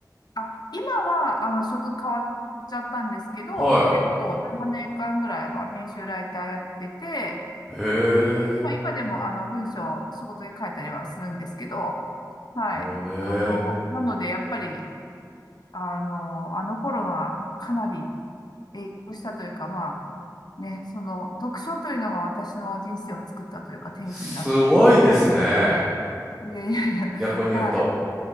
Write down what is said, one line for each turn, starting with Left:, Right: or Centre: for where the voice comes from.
Left: あ、今は、あの、職変わっちゃったんですけど、
Centre: は
Left: 結構7年間ぐらいは編集ライターやってて、
Centre: い。へえ。
Left: まあ、今でも、あの、文章、仕事で書いたりはするんですけど、はい。
Centre: へえ。
Left: あの、なので、やっぱり、あの、あの頃がかなり影響したというか、まあ、ね、その、読書というのが私の人生を作ったというか、転機になったという。
Centre: すごいですね。
Left: いやいやいや、
Centre: 逆に言うと。
Left: はい。